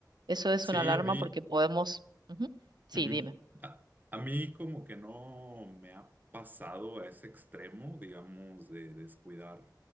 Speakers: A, on the right; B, on the right.
A: Eso
B: Sí,
A: es una alarma
B: a mí.
A: porque podemos... Ujú. Sí,
B: Ujú.
A: dime.
B: A, a mí como que no me ha pasado a ese extremo, digamos, de descuidar.